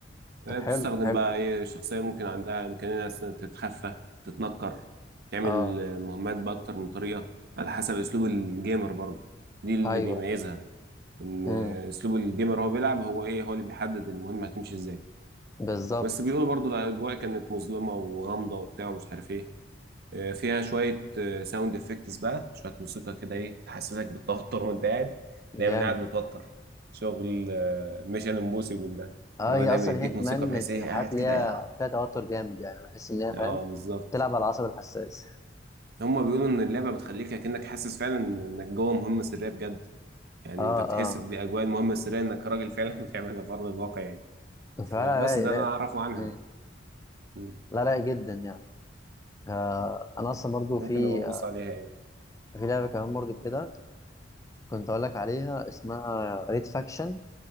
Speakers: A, on the left; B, on the right.
A: طب
B: آه،
A: حلو
B: بتستخدم
A: حلو
B: بقى ايه شخصية ممكن عندها إمكانية مثلا تتخفى تتنكر تعمل
A: اه
B: مهمات بأكتر من طريقة على حسب أسلوب الجيمر برضو دي اللي
A: ايوه
B: بيميزها إن
A: امم
B: أسلوب الجيمر هو بيلعب هو ايه هو اللي بيحدد المهمة هتمشي ازاي
A: بالظبط
B: بس بيقولوا برضو الأجواء كانت مظلمة وغامضة وبتاع ومش عارف ايه آه، فيها شوية ساوند افكتس بقى شوية موسيقى كده ايه تحسسك بالتوتر <laughs> وانت قاعد
A: جامد
B: دايما قاعد متوتر شغل ميشن امبوسيبل ده
A: اه
B: اللي
A: هي
B: هو دايما
A: اصلا
B: يديك
A: هيت
B: موسيقى
A: مان
B: بحيث
A: من
B: ايه
A: الحاجات
B: قاعد
A: اللي
B: كده
A: هي
B: ايه
A: فيها توتر جامد يعني بحس ان هي
B: اه
A: فاهم
B: بالظبط
A: تلعب على العصب الحساس
B: هما بيقولوا ان اللعبه بتخليك اكنك حاسس فعلا انك جوه مهمه سريه بجد يعني
A: اه
B: انت بتحس
A: اه
B: باجواء المهمه السريه انك راجل فعلا <laughs> بتعملها في ارض الواقع يعني فبس
A: فعلا رايق
B: ده
A: رايق
B: انا اعرفه عنها
A: مم.
B: مم.
A: لا رايق جدا يعني آه انا اصلا برضو
B: ممكن
A: في
B: نبقى نبص
A: آه،
B: عليها يعني
A: في لعبه كمان برضو كده كنت اقول لك عليها اسمها ريد فاكشن